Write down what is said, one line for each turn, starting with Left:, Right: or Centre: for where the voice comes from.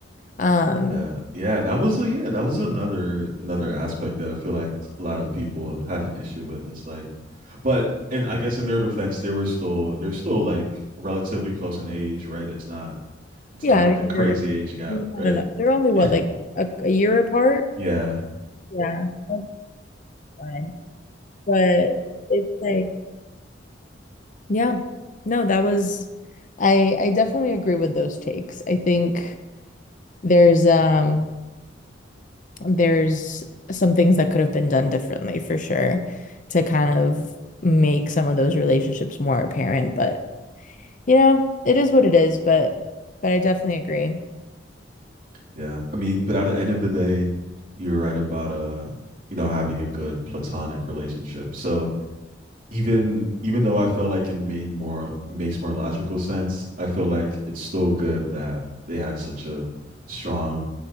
Left: Um,
Right: Yeah. Yeah. That was a yeah, that was another another aspect that I feel like a lot of people had an issue with. It's like but and I guess in their defense, they were still they're still like relatively close in age, right? It's not it's
Left: Yeah,
Right: not
Left: I
Right: like
Left: mean
Right: a
Left: they're
Right: crazy age gap,
Left: no, no,
Right: right?
Left: no. They're only what
Right: <laughs>
Left: like a, a year apart.
Right: yeah.
Left: Yeah, that's fine. But it's like, Yeah. No, that was I I definitely agree with those takes. I think there's um there's some things that could have been done differently for sure to kind of make some of those relationships more apparent, but you know, it is what it is, but but I definitely agree.
Right: Yeah. I mean, but at the end of the day, you're right about uh, you know, having a good platonic relationship. So even even though I feel like it made more makes more logical sense, I feel like it's still good that they had such a strong